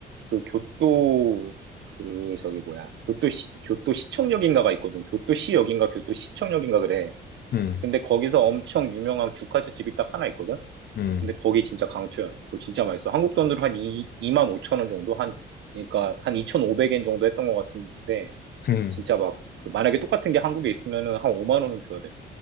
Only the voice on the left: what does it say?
음.
음.
음.